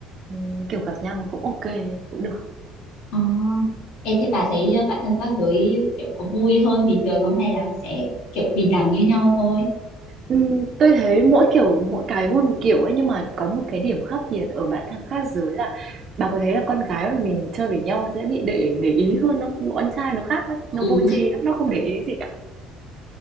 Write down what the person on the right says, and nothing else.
ừm, kiểu gặp nhau cũng ok, cũng được.
Ừm, tôi thấy mỗi kiểu mỗi cái vui một kiểu ấy nhưng mà có một cái điểm khác biệt ở bạn thân khác giới là bà có thấy là con gái mà mình chơi với nhau sẽ bị để để ý hơn không? Nhưng con trai nó khác, nó nó
vô
tri lắm, nó không để ý gì cả.